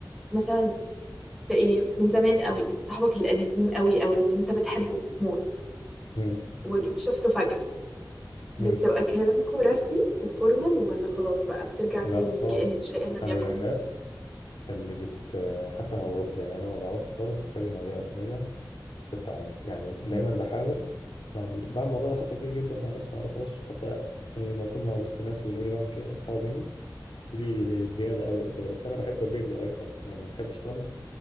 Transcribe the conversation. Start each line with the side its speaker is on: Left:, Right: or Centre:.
Centre: مثلا في ايه من زمان قوي صاحبك القديم قوي قوي اللي انت بتحبه موت
Left: مم.
Centre: وجيت شفته فجأة بتبقى
Left: مم.
Centre: كلامكوا رسمي وفورمال ولا خلاص بقى بترجع
Left: لا
Centre: تاني
Left: خالص
Centre: كأن شيئا لم
Left: أنا
Centre: يكن
Left: من الناس اللي بت حتى مع الغرب يعني أنا ما بعرفش خالص أخلي مواضيع رسمية في التعامل يعني دايما
Centre: م-
Left: بحاول يعني بعمل الموضوع ده حتى كتير جدا مع ناس ما اعرفهاش حتى يعني لما اكون مع وسط ناس ويقولوا لي بعمل كده اصحابي يعني بيقولوا لي دي زياده قوي او كده بس انا بحب ابريك ذا ايس قوي يعني ما بحبش خالص